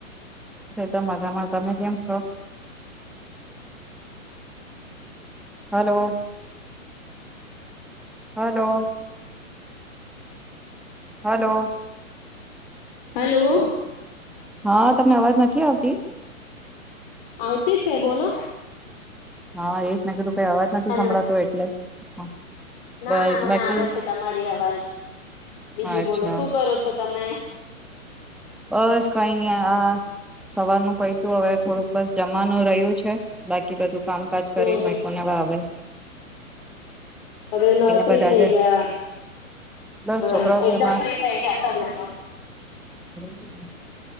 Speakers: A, in the centre; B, on the left (about 35°).
A: ધા મજામાં તમે કેમ છો? હલો. હલો. હલો.
B: હલો.
A: હા તમને અવાજ નથી આવતી.
B: આવતી છે બોલો.
A: હા એજ મેં કીધું કઈ અવાજ નથી
B: હલો
A: સંભળાતો એટલે હા,
B: ના
A: બા
B: ના મને
A: બાકી
B: આવે છે તમારી અવાજ બીજું
A: અચ્છા
B: બોલો શું કરો છો તમે?
A: બસ કઈ નઈ આ સવાર ન કઈ તું હવે થોડુંક બસ જમાનું રહ્યું છે બાકી બધું કામકાજ
B: હમ
A: કરી
B: હમ
A: મા કોનેવા આવે.
B: હવે ફ્રી
A: બજાજે
B: થઈ ગયા
A: બસ છોકરાઓ
B: હ એકદમ
A: બી હમણાં
B: ફ્રી થઈ ગયા તમે તો.
A: હમ.